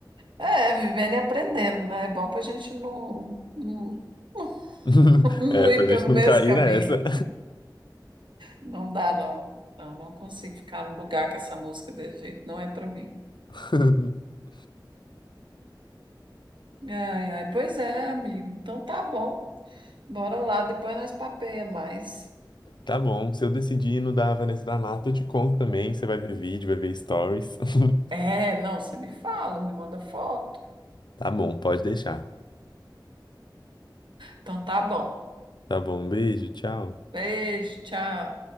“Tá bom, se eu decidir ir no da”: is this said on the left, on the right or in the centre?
Left